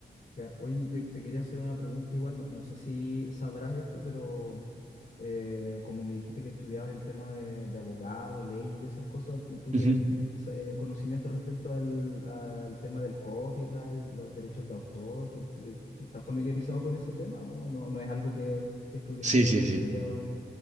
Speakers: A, on the left; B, on the right.
A: Ya, Oye, te, te quería hacer una pregunta igual, no, no sé si sabrás esto, pero eh, como me dijiste que estudiabas el tema de, de abogado, leyes y esas cosas, ¿tú
B: Ujú.
A: tienes mm, s- eh, conocimiento respecto al, al tema del copyright, los derechos de autor? ¿Te- te- ¿Estás familiarizado con ese tema o no, no es algo que, que, estudi-
B: Sí,
A: que hayas
B: sí, sí.
A: estudiado?